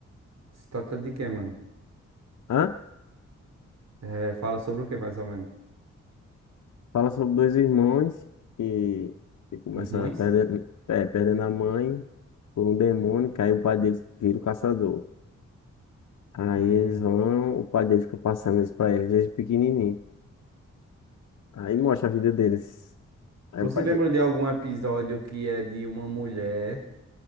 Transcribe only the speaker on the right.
Se trata de quê, mano?
É, fala sobre o que, mais ou menos?
Irmãos?
Hum.
Tu
se
lembra
de algum episódio que é de uma mulher